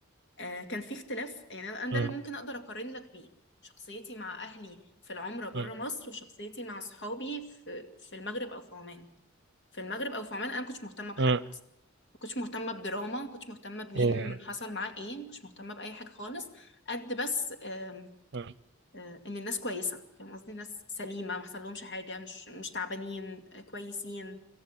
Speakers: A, on the left; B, on the right.
A: آه، كان في اختلاف يعني انا أنا
B: أمم،
A: ده اللي ممكن اقدر اقارن لك بيه شخصيتي مع اهلي في العمره بره
B: أمم،
A: مصر وشخصيتي مع صحابي في في المغرب او في عمان في المغرب او في عمان انا ما كنتش مهتمه بحد
B: أمم،
A: ما كنتش مهتمه بدراما ما كنتش مهتمه بمين
B: أيوة.
A: حصل معاه ايه ما كنتش مهتمه باي حاجه خالص قد بس آم،
B: أمم،
A: آه، ان الناس كويسه فاهم قصدي الناس سليمه ما حصل لهمش حاجه مش مش تعبانين آه، كويسين